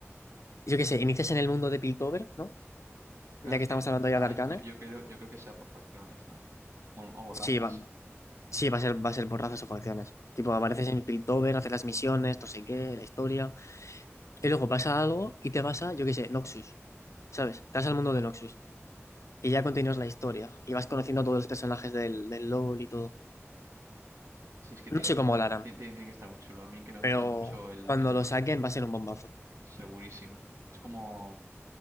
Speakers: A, on the left (about 80°); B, on the right (about 80°).
A: yo qué sé, inicias en el mundo de Piltover, ¿no?
B: Claro,
A: Ya
B: es
A: que
B: que
A: estamos hablando ya
B: ah,
A: de Arcane.
B: yo, yo creo, yo creo que sea por facciones, ¿no? Con- o razas.
A: Sí, va, sí, va a ser, va a ser por razas o facciones. Tipo, apareces en Piltover, haces las misiones, no sé qué, la historia. Y luego pasa algo y te vas a, yo qué sé, Noxus, ¿sabes? Te vas al mundo de Noxus. Y ya continúas la historia. Y vas conociendo a todos los personajes del, del LoL y todo.
B: Si es que
A: No
B: tiene
A: sé
B: que
A: cómo
B: estar,
A: lo harán,
B: tiene, tiene- tiene que estar muy chulo. A mí que me gusta
A: pero
B: mucho el,
A: cuando
B: el lore
A: lo saquen
B: y tal.
A: va a ser un bombazo.
B: Segurísimo. Es como,